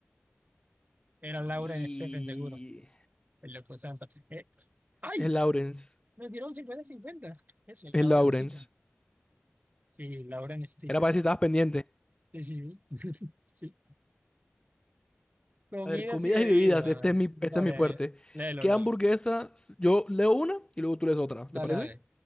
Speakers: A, on the right; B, on the left.
A: Era
B: Y...
A: Lauren Stephen, seguro. El loco Santa. Eh, ¡Ay!
B: Es Lawrence,
A: Me dieron 50 cincuenta Eso,
B: es
A: Lauren
B: Lawrence.
A: Stephen. Sí, Lauren Stephen.
B: Era para ver si estabas pendiente.
A: Sí, sí, sí. <laughs> Sí. Comidas
B: A ver, comidas
A: y bebidas.
B: y bebidas, este es mi,
A: Dale,
B: este es mi fuerte.
A: léelo,
B: ¿Qué
A: léelo.
B: hamburguesa? Yo leo una y luego tú lees otra, ¿te
A: Dale,
B: parece?
A: dale.